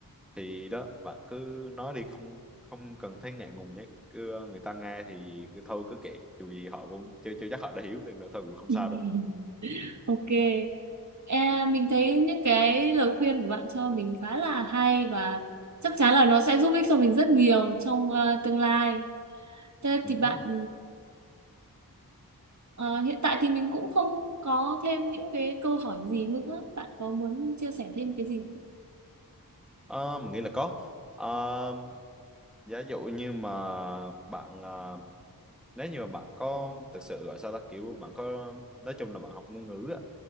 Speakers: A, in the centre; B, on the right (about 50°).
A: thì đó bạn cứ nói đi không không cần thấy ngại ngùng nhé cứ ờ, người ta nghe thì cứ thôi cứ kệ dù gì họ cũng chưa chưa chắc họ đã hiểu nên là thôi cũng không
B: <laughs>
A: sao đâu
B: Ok. E, mình thấy những cái lời khuyên của bạn cho mình khá là hay và chắc chắn là nó sẽ giúp ích cho mình rất nhiều trong ờ, tương lai. Thế
A: Ừ
B: thì bạn
A: hứ.
B: ờ, hiện tại thì mình cũng không có thêm những cái câu hỏi gì nữa. Bạn có muốn chia sẻ thêm cái gì không?
A: Ờ, mình nghĩ là có Ờ, giả dụ như mà bạn ờ, nếu như mà bạn có thực sự ở sao ta kiểu bạn có nói chung là bạn học ngôn ngữ á,